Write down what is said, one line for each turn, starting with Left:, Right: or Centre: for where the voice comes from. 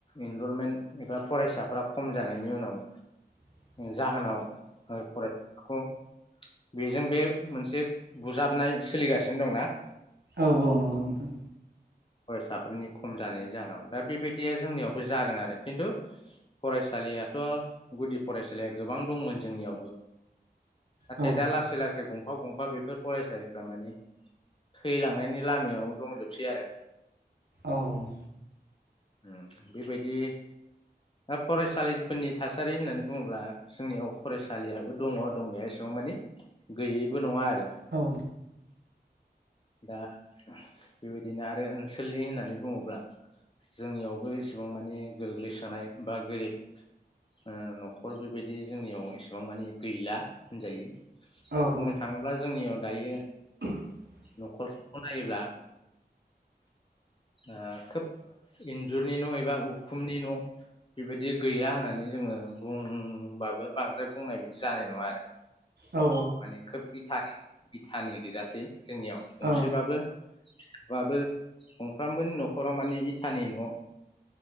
Left: इनरलमेन्ट एबा फरायसाफ्रा खम जानायनि उनाव
Right: <inaudible>
Left: जाहोनाव ओ फराय खौ बेजों बे मोनसे बुजाबनाय सोलिगासिनो दंना
Right: औ औ नंगौ नोंथां
Left: फरायसाफोरनि खम जानायनि जाहोनाव दा बेबायदिया जोंनियावबो जादों आरो खिन्थु फरायसालियाथ' गुदि फरायसालिया गोबां दंमोन जोंनियावबो आन्थाय
Right: औ
Left: दा लासै गंफा गं फा बेफोर फरायसालिफ्रा माने थैलांनायनि लामायाव दंजोबसै आरो
Right: औ औ
Left: उम बेबायदि फरायसालिफोरनि थासारि होननानै बुङोब्ला जोंनियाव फरायसालियाबो दङ दंनाया एसेबां मानि गैयैबो नङा आरो।
Right: औ।
Left: दा बेबायदिनो आरो ओनसोलनि होननानै बुङोब्ला जोंनियावबो एसेबां मानि गोग्लैसोनाय बा गोरिब ओ न'खर बेबायदि जोंनियाव एसेबां मानि गैला होनजायो। बुंनो
Right: औ नोंथां
Left: थाङोब्ला जोंनियाव दायो
Right: <inaudible>
Left: न'खरफोरखौ नायोब्ला ओ खोब इन्जुरनि न' एबा उखुमनि न' बेबायदि गैया होननानै जोङो बुंबाबो बांद्राय बुंनाय बिदि जानाय नङा आरो
Right: औ
Left: माने खोब इथानि इथानि गोजासै जोंनियाव गंसेबाबो
Right: औ
Left: <unintelligible> गंफ्रामबोनि न'खराव माने इटानि न'